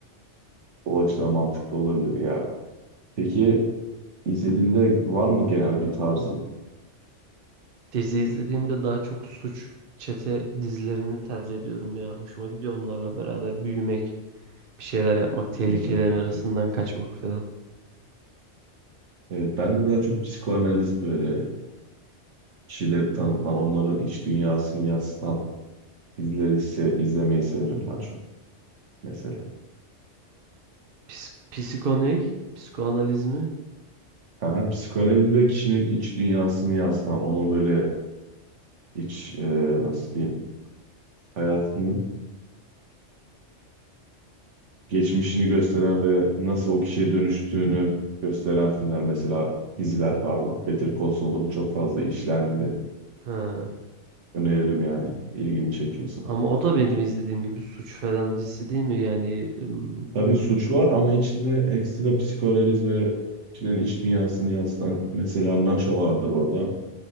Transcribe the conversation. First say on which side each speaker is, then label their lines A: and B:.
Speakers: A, on the right (about 75°); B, on the right (about 50°).
A: O açıdan mantıklı olabilir ya. Peki izlediğinde var mı genel bir tarzın?
B: Dizi izlediğimde daha çok suç çete dizilerini tercih ediyorum ya. Hoşuma gidiyor onlarla beraber büyümek, bir şeyler yapmak, tehlikelerin
A: Hı hı.
B: arasından kaçmak falan.
A: Evet, ben de daha çok psikoanaliz böyle kişileri tanıtan, onların iç dünyasını yansıtan dizileri ise izlemeyi severim daha çok mesela.
B: Pis, psiko ne? Psikoanaliz mi?
A: Aha, psikoanaliz ve kişinin iç dünyasını yansıtan, onun böyle iç e, nasıl diyeyim hayatının geçmişini gösteren ve nasıl o kişiye dönüştüğünü gösteren filmler mesela diziler pardon. Better Call Saul'da bu çok fazla işlendi.
B: Ha.
A: Öneririm yani ilgini çekiyorsa.
B: Ama o da benim izlediğim gibi suç falan dizisi değil mi? Yani ım,
A: Tabii suç var ama içinde ekstra psikanaliz ve kişilerin iç dünyasını yansıtan mesela Nacho vardır orada.